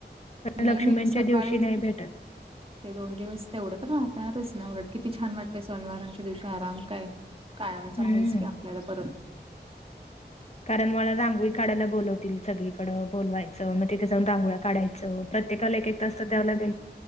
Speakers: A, on the right; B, on the left.
A: नाही
B: लक्ष्मीच्या
A: नाही. सकाळीच
B: दिवशी नाही भेटत.
A: ते दोन दिवस तेवढं तर राहताच ना उलट किती छान वाटते सण वराच्या दिवशी आराम काय? हे तर
B: हम्म.
A: आहेच की, आपल्याला परत
B: कारण मला रांगोळी काढायला बोलवतील. सगळीकडं, बोलवायचं मग तिथे जाऊन रांगोळ्या काढायचं. प्रत्येकाला एक -एक तास तर द्यावं लागेल.